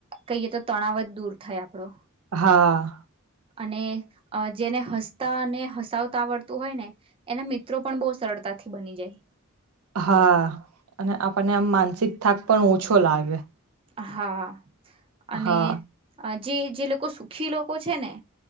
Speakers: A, on the right; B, on the right.
A: કહીએ તો તણાવ જ દૂર થાય આપડો
B: હા
A: અને જેને હસતા અને હસાવતા આવડતું હોય ને એના મિત્રો પણ બહુ સરળતા તાથી બની જાય
B: હા અને આપણને આમ માનસિક થાક પણ ઓછો લાગે
A: હા અને
B: હા
A: જે જે લોકો સુખી લોકો છે ને